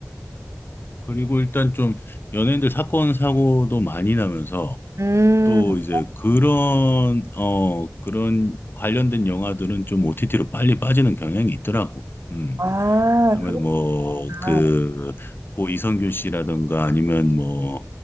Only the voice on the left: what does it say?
어, 그리고 일단 좀 연예인들 사건 사고도 많이 나면서
또 이제 그런 어 그런 관련된 영화들은 좀 OTT로 빨리 빠지는 경향이 있더라고. 음.
아무래도 뭐
그 고 이성균 씨라든가 아니면 뭐